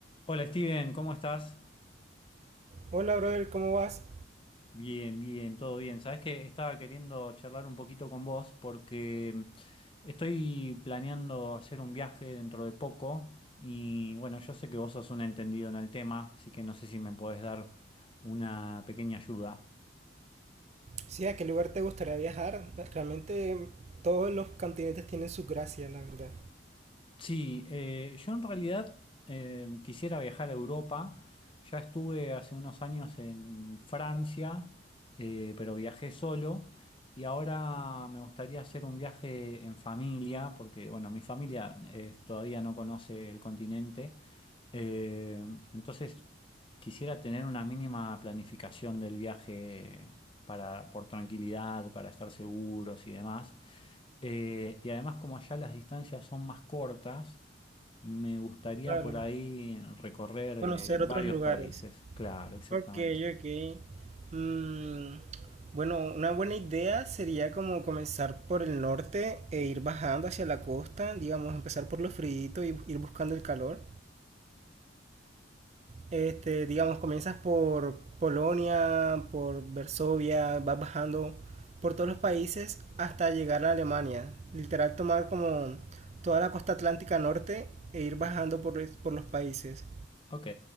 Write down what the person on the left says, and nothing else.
Hola Steven, ¿cómo estás?
Bien, bien, todo bien. Sabes que estaba queriendo charlar un poquito con vos porque mm, estoy planeando hacer un viaje dentro de poco y bueno, yo sé que vos sos un entendido en el tema, así que no sé si me podés dar una pequeña ayuda.
Sí, eh, yo en realidad eh, quisiera viajar a Europa. Ya estuve hace unos años en Francia, eh, pero viajé solo. Y ahora me gustaría hacer un viaje en familia, porque bueno, mi familia eh, todavía no conoce el continente. Eh, entonces, quisiera tener una mínima planificación del viaje para, por tranquilidad, para estar seguros y demás. Eh, y además, como allá las distancias son más cortas, me gustaría
por ahí recorrer eh,
varios
países. Claro, exactamente.
Ok,